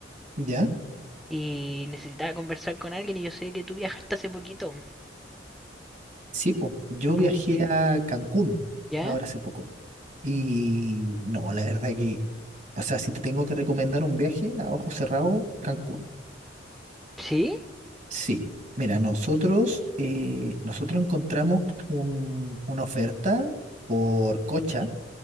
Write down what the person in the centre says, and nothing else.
y necesitaba conversar con alguien y yo sé que tú viajaste hace poquito.
¿Me puedo-
¿Ya?
¿Sí?